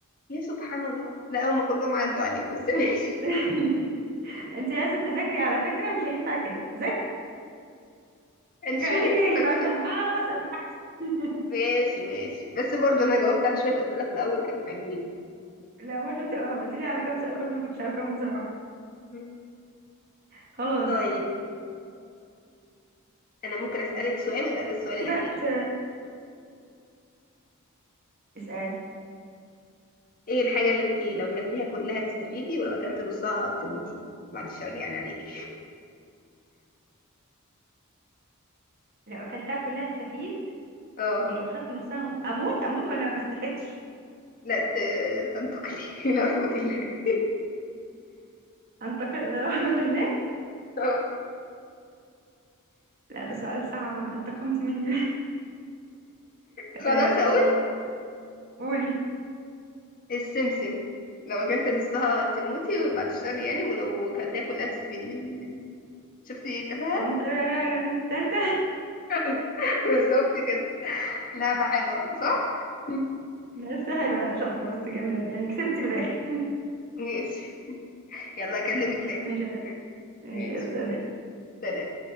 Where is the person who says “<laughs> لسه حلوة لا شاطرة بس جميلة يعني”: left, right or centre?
Right